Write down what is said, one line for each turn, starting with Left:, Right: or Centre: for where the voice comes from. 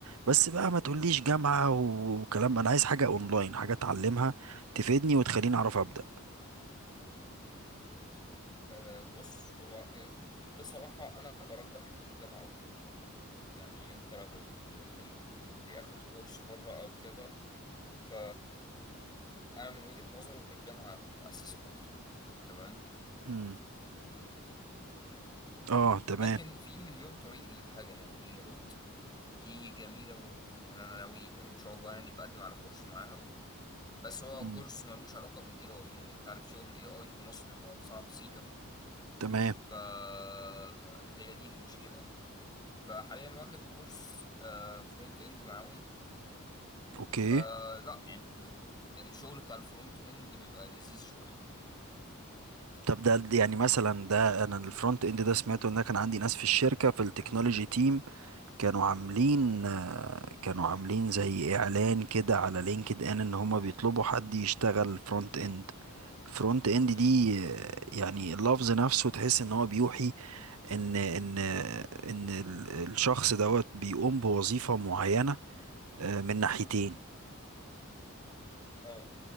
Right: بس بقى ما تقوليش جامعة و- وكلام انا عايز حاجة اونلاين حاجة اتعلمها تفيدني وتخليني اعرف ابدأ
Left: أه بص هو آه، بصراحه انا برجح الجامعه اكتر يعني انت لو جيت قلت لي اخد كورس بره او كذا ف انا من وجهة نظري ان الجامعة تأسسك اكتر تمام
Right: امم اه تمام
Left: لكن في مليون طريق للحاجة يعني روت دي جميلة موت يعني انا ناوي ان شاء الله يعني بقدم على كورس معاها بس هو
Right: مم.
Left: كورس ملوش علاقة بالاي اي يعني انت عارف شغل الاي اي في مصر بيبقى صعب سيكا
Right: تمام
Left: فهي دي المشكلة يعني فحاليا واخد كورس فرونت اند معاهم
Right: اوكي
Left: فلا يعني ال- الشغل بتاع الفرونت اند بيبقى لذيذ شوية
Right: طب ده يعني مثلا ده انا الفرونت اند ده سمعته ان أنا كان عندي ناس في الشركة في التكنولوجي تيم كانوا عاملين آه، كانوا عاملين زي اعلان كده على لينكد ان ان هما بيطلبوا حد يشتغل فرونت اند فرونت اند
Left: امم
Right: دي آه، يعني اللفظ نفسه تحس ان هو بيوحي ان ان آه، ان ال- الشخص دوت بيقوم بوظيفة معينة آه، من ناحيتين
Left: اه